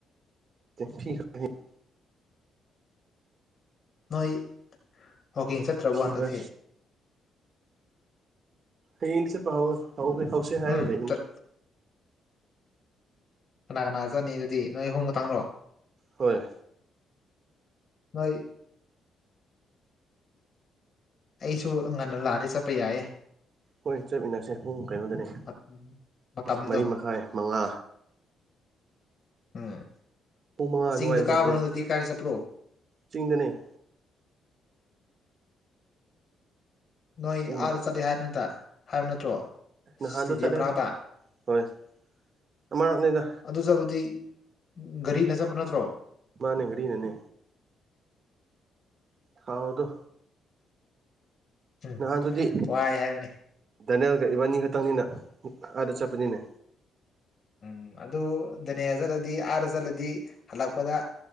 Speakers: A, on the right (about 50°); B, on the left (about 45°).
A: ꯫ <inaudible>
B: ꯅꯣꯏ ꯋꯥꯛꯀꯤꯡ ꯆꯠꯇ꯭ꯔꯕꯣ
A: ꯐꯤ
B: ꯍꯟꯗꯛꯁꯤ꯫
A: ꯈꯔ ꯍꯩ ꯌ‌ꯦꯡꯗꯤ ꯆꯠꯄ ꯍꯧꯏ ꯍꯧꯁꯤ ꯍꯥꯏꯔ
B: ꯎꯝ
A: ꯂꯩꯕꯅꯤ꯫
B: ꯆꯠ ꯀꯅꯥ ꯀꯅꯥ ꯆꯠꯅꯤ ꯑꯗꯨꯗꯤ ꯅꯣꯏ ꯑꯍꯨꯝ ꯈꯇꯪꯔꫭ꯫
A: ꯍꯣꯏ꯫
B: ꯅꯣꯏ ꯑꯩꯁꯨ ꯉꯟꯅ ꯂꯥꯛꯑꯗꯤ ꯆꯠꯄ ꯌꯥꯏꯌꯦ
A: ꯍꫭꯏ ꯆꯠꯃꯤꯟꯅꯁꯦ ꯄꯨꯡ ꯀꯩꯅꯣꯗꯅ‌ꯦ
B: ꯃꯠ ꯃꯇꯝꯗꯣ
A: ꯃꯔꯤ ꯃꯈꯥꯏ ꯃꯉꯥ
B: ꯎꯝ
A: ꯄꯨꯡ ꯃꯉꯥ ꯑꯗꯨꯋꯥꯏꯗ
B: ꯆꯤꯡꯗ ꯀꯥꯕ꯭ꯔꯣ
A: ꯆꯠꯄꯅꯦ
B: ꯍꯟꯗꯛꯇꯤ ꯀꯥꯏꯔ ꯆꯠꯄ꯭ꯔꯣ
A: ꯆꯤꯡꯗꯅꯦ
B: ꯅꯣꯏ
A: ꯄꯨꯡ
B: ꯑꯥꯗ ꯆꯠꯂꯦ ꯍꯥꯏꯕꯅꯠꯇ ꯍꯥꯏꯕ ꯅꯠꯇ꯭ꯔꯣ ꯏꯁꯇꯦꯗꯤꯌꯝ
A: ꯅꯍꯥꯟꯗ ꯆꯠꯂꯦ
B: ꯃꯅꯥꯛꯇ
A: ꯍꯧꯖꯤꯛ ꯍꯣꯏ ꯑꯥ ꯅꯦꯗ
B: ꯑꯗꯨ ꯆꯠꯄꯗꯤ ꯒꯥꯔꯤꯅ ꯆꯠꯄ ꯅꯠꯇ꯭ꯔꯣ
A: ꯃꯥꯅꯦ ꯀꯔꯤꯅꯦꯅꯦ ꯊꯥꯎ ꯑꯣꯗꯣ
B: ꯎꯝ
A: ꯅꯍꯥꯟꯗꯨꯗꯤ
B: ꯋꯥꯏ ꯍꯥꯏꯕꯅꯤ
A: ꯅꯦꯜꯒ ꯏꯕꯥꯅꯤ ꯈꯛꯇꯪꯅꯤꯅ ꯑꯥꯗ ꯆꯠꯄꯅꯤꯅꯦ
B: ꯎꯝ ꯑꯗꯨ ꯗꯅꯦꯌꯥ ꯆꯠꯂꯗꯤ ꯑꯥꯗ ꯆꯠꯂꯗꯤ ꯍꯜꯂꯛꯄꯗ